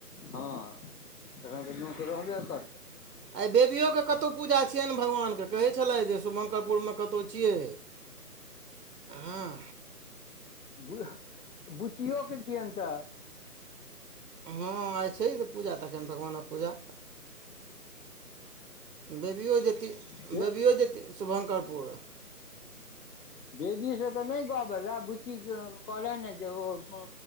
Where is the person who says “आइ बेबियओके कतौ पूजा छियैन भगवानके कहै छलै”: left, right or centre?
Right